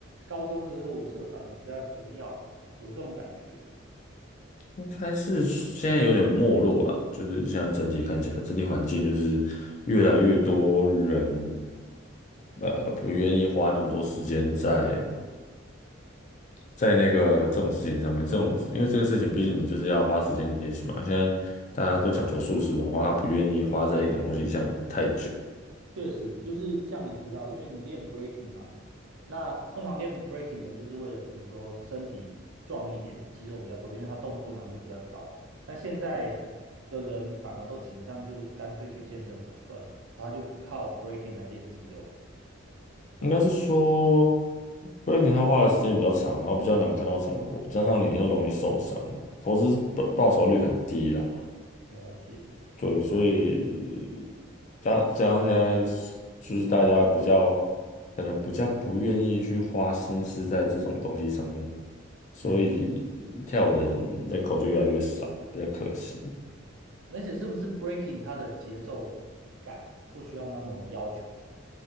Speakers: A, on the right; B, on the left.
A: 高中的热舞社反而比较活跃，有这种感觉。
B: 应该是现在有点没落了，就是现在整体看起来，整体环境就是越来越多人，呃，不愿意花那么多时间在在那个这种事情上面，这种因为这个事情，毕竟你就是要花时间练习嘛。现在大家都讲求速食文化，他不愿意花在一个东西上太久，
A: 确实，就是像你提到，因为你练 breaking 嘛，那通常练 breaking 的就是为了，比如说身体壮一点，肌肉比较多，因为它动作难度比较高。那现在的人反而都倾向就是干脆去健身房算了他就不靠 breaking 来练肌肉。对啊，
B: 应该是说 breaking 他花的时间比较长，然后比较难看到成果，加上你又容易受伤，投资报报酬率很低啦。
A: 了解。
B: 对，所以加加上现在是就是大家比较可能比较不愿意去花心思在这种东西上面，所以跳舞的人人口就越来越少，
A: 嗯。
B: 比较可惜。
A: 而且是不是 breaking 它的节奏感不需要那么要求，